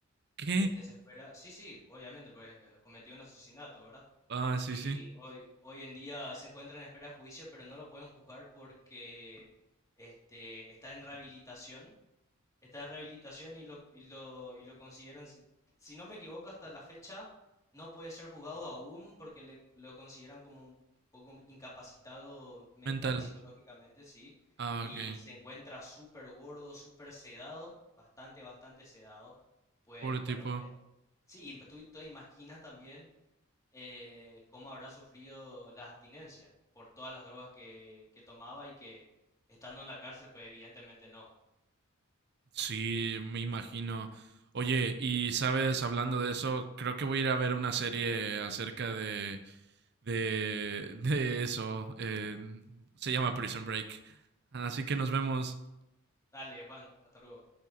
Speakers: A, on the right; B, on the left.
A: ¿Qué?
B: Este se espera, sí, sí, obviamente, porque eh, cometió un asesinato, ¿verdad?
A: Ah,
B: Y
A: sí, sí.
B: hoy, hoy en día se encuentra en espera de juicio, pero no lo pueden juzgar porque este, está en rehabilitación Está en rehabilitación y lo, y lo, y lo consideran, si si no me equivoco, hasta la fecha no puede ser juzgado aún porque le, lo consideran como un poco incapacitado mental
A: Mental.
B: y psicológicamente, sí.
A: Ah,
B: Y
A: ok.
B: se encuentra súper gordo, súper sedado, bastante, bastante sedado. Pues
A: Pobre
B: bueno,
A: tipo.
B: eh, sí, y tú te imaginas también eh, cómo habrá sufrido la abstinencia por todas las drogas que, que tomaba y que estando en la cárcel, pues evidentemente no.
A: Sí, me imagino. Oye, y sabes, hablando de eso, creo que voy a ir a ver una serie acerca de de, de eso. eh, se llama Prison Break. Así que nos vemos.
B: Dale, Juan, hasta luego.